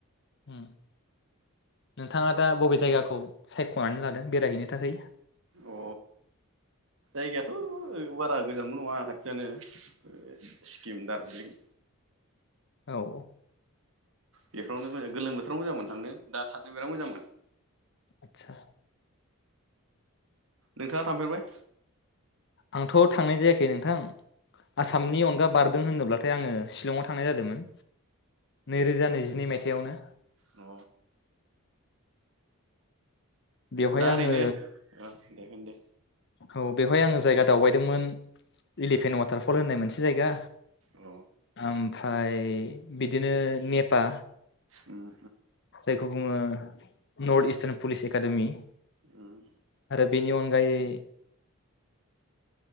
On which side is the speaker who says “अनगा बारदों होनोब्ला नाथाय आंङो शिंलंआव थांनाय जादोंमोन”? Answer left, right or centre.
Left